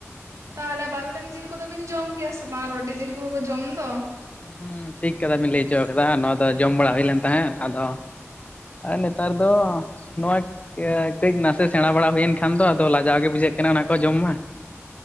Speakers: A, on the right; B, on the left.
A: ᱛᱟᱦᱚᱞᱮ ᱵᱟᱨᱰᱟᱝ ᱡᱤᱞ ᱠᱚᱫᱚ ᱵᱤᱱ ᱡᱚᱢ ᱜᱮᱭᱟ ᱥᱮ ᱵᱟᱝ? ᱨᱚᱴᱮ ᱡᱤᱞ ᱠᱚᱫᱚ ᱠᱚ ᱡᱚᱢ ᱫᱚ᱾
B: ᱦᱩ ᱴᱷᱤᱠ ᱠᱟᱛᱷᱟ ᱵᱤᱱ ᱞᱟᱹᱭ ᱦᱚᱪᱚ ᱠᱟᱫᱟ᱾ ᱱᱚᱣᱟ ᱫᱚ ᱡᱚᱢ ᱵᱟᱲᱟ ᱦᱩᱭ ᱞᱮᱱ ᱛᱟᱦᱮᱸᱫ, ᱟᱫᱚ ᱟᱨ ᱱᱮᱛᱟᱨ ᱫᱚ ᱱᱚᱣᱟ ᱠᱟᱹᱡ ᱱᱟᱥᱮ ᱥᱮᱬᱟ ᱵᱟᱲᱟ ᱦᱩᱭᱮᱱ ᱠᱷᱟᱱ ᱫᱚ ᱟᱫᱚ ᱞᱟᱡᱟᱣ ᱜᱮ ᱵᱩᱡᱷᱟᱹᱜ ᱠᱟᱱᱟ, ᱚᱱᱟ ᱠᱚ ᱡᱚᱢ ᱢᱟ᱾